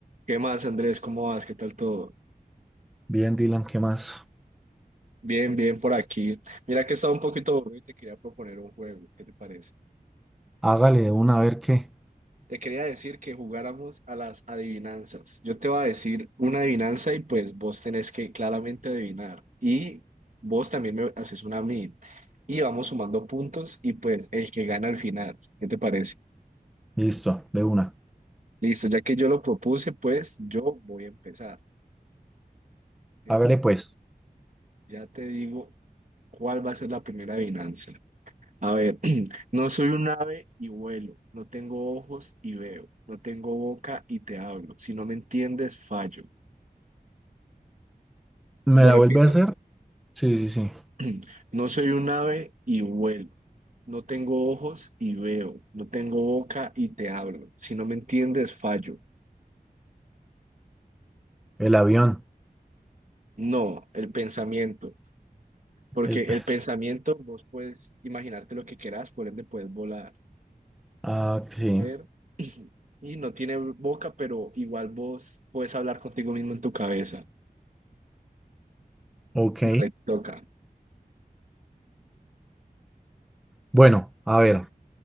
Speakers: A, on the right; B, in the centre.
A: ¿Qué más, Andrés? ¿Cómo vas? ¿Qué tal todo?
B: Bien, Dylan, ¿qué más?
A: Bien, bien por aquí. Mira que estaba un poquito aburrido y te quería proponer un juego. ¿Qué te parece?
B: Hágale de una, a ver qué.
A: Te quería decir que jugáramos a las adivinanzas. Yo te voy a decir una adivinanza y pues vos tenés que claramente adivinar. Y vos también me haces una a mí. Y vamos sumando puntos y pues el que gana al final. ¿Qué te parece?
B: Listo, de una.
A: Listo, ya que yo lo propuse, pues yo voy a empezar. Eh,
B: Hágale pues.
A: ya te digo cuál va a ser la primera adivinanza. A ver, <clears throat> no soy un ave y vuelo, no tengo ojos y veo, no tengo boca y te hablo. Si no me entiendes, fallo.
B: ¿Me
A: Lo
B: la
A: repito,
B: vuelve a hacer? Sí, sí, sí.
A: <clears throat> no soy un ave y vuelo, no tengo ojos y veo, no tengo boca y te hablo. Si no me entiendes, fallo.
B: El avión.
A: No, el pensamiento, porque
B: El pez.
A: el pensamiento vos puedes imaginarte lo que quieras, por ende puedes volar,
B: Ah, sí.
A: ver. <clears throat> Y no tiene boca, pero igual vos puedes hablar contigo mismo en tu cabeza.
B: Ok.
A: Dale, toca.
B: Bueno, a ver.